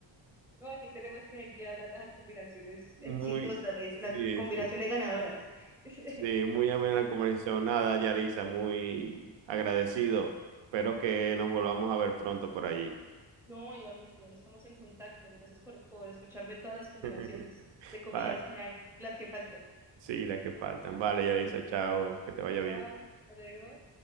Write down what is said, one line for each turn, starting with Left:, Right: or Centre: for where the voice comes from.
Centre: no, aquí tenemos que seguir hablando de las combinaciones
Right: <laughs> Muy,
Centre: exitosas, le dicen, las
Right: sí,
Centre: combinaciones
Right: sí,
Centre: ganadoras. <laughs>
Right: sí, muy amena la conversación. Nada, Yarixa, muy agradecido. Espero que nos volvamos a ver pronto por allí.
Centre: No, igual, mi amor, estamos en contacto. Gracias por, por escucharme todas las combinaciones
Right: <laughs>
Centre: de comidas
Right: Vale,
Centre: que hay, las que faltan.
Right: sí, la que faltan. Vale, Yarixa, chao, que te vaya
Centre: Chao,
Right: bien.
Centre: hasta luego.